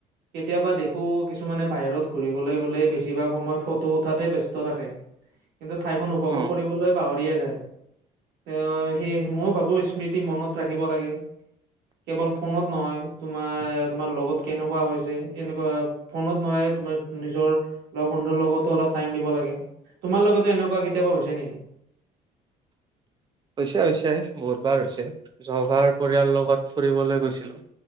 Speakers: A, on the right (about 75°); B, on the right (about 25°).
A: কেতিয়াবা দেখো কিছুমানে বাহিৰত ঘুৰিবলৈ গ'লে বেছিভাগ সময় ফটো উঠাতে ব ব্যস্ত থাকে। কিন্তু ঠাইখন উপভোগ
B: উম,
A: কৰিবলৈ পাহৰিয়ে যায়। এ সেই ময়ো ভাবো স্মৃতি মনত ৰাখিব লাগে। কেৱল ফোনত নহয় তোমাৰ তোমাৰ লগত কেনেকুৱা হৈছে এনেকুৱা ফোনত নহয় তোমাৰ নিজৰ লগ বন্ধুৰ লগতো অলপ টাইম দিব লাগে। তোমাৰ লগতো এনেকুৱা কেতিয়াবা হৈছে নেকি?
B: হৈছে হৈছে বহুত বাৰ হৈছে জবাৰ পৰিয়ালৰ লগত ফুৰিবলৈ গৈছিলো।